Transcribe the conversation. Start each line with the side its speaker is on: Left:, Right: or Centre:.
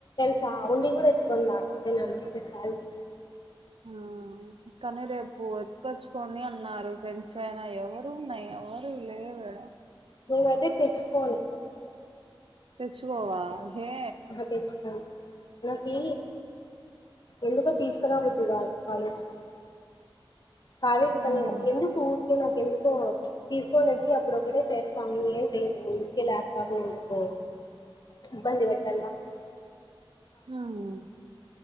Left: చా ఉండి కూడా ఎత్తుకుండాల్న అదే నా స్పెషాలిటీ
Right: ఆ కానీ రేపు ఎతుకొచ్చుకోని అన్నారు ఫ్రెండ్స్ అయినా ఎవరివున్నాయి ఎవరివి లే ఇవ్వడ
Left: నేనైతే తెచ్చుకోను
Right: తెచ్చుకోవా హే
Left: అహ తెచ్చుకొను నాకి ఎందుకో తీస్కరా బుద్దిగాదు కాలేజ్ కి కాలేజీ కనే
Right: హ్మ్
Left: గాదు ఎందుకు ఊర్కే నాకు ఎందుకో తీస్కొనచ్చి అ ప్పుడు ఒకడే చేస్తాము ఏం చైము ఊర్కే లాప్టాపు ఎందుకు ఓ ఇబ్బంది పెట్టళ్ల
Right: హూమ్